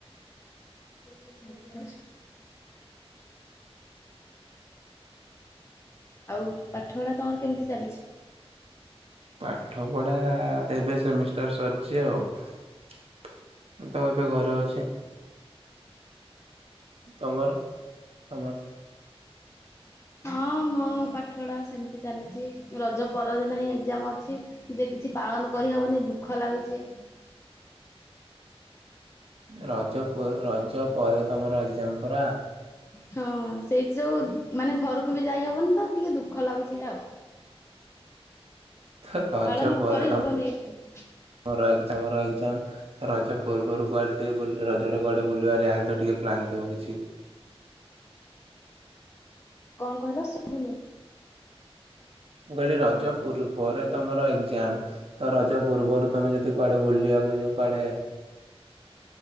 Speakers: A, on the left; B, on the right.
A: <inaudible> ଆଉ ପାଠ ପଢା ତମର କେମିତି ଚାଲିଛି।
B: ପାଠ ପଢ଼ା ଏବେ ସେମିଷ୍ଟର ସରିଛି ଆଉ। ତ ଏବେ ଘରେ ଅଛି। ତମର ଟମାଟ
A: ହଁ ମୋ ପାଠପଢା ସେମିତି ଚାଲିଛି। ରଜ ପରଦିନ ହିଁ ଏକ୍ଜାମ୍ ଅଛି। ଛି ଯେ କିଛି ପାଳନ କରିହବନି ଦୁଃଖ ଲାଗୁଛି
B: ରାଜ୍ୟ ରଜ ପରେ ତମର ଏକ୍ଜାମ୍ପଲ ଖରା
A: ହଁ ସେଇଠ ଯୋଉ ମାନେ ଘରକୁ ବି ଯାଇ ହବନି ତ ଟିକେ ଦୁଃଖ ଲାଗୁଛି ଆଉ
B: ତ ରଜ
A: ପାଳନ
B: ପରେ
A: କରିହବନି ଏଠ
B: ତମର ତମର ଏଜାମ ରଜ ପୂର୍ବରୁ କୁଆଡେ ଟିକେ ରଜ ର କୁଆଡେ ବୁଲିବା ଲହେଲେ ତ ଟିକେ ପ୍ଲାନ ଥିବ କିଛି
A: କଣ କହିଲ ଶୁଭୁନି
B: କହିଲି ରଜ ପୁର ପରେ ତମର ଯ ତ ରଜ ପୂର୍ବରୁ ତମେ ଯଦି କୁଆଡେ ବୁଲିବାକୁ ଯ କୁଆଡେ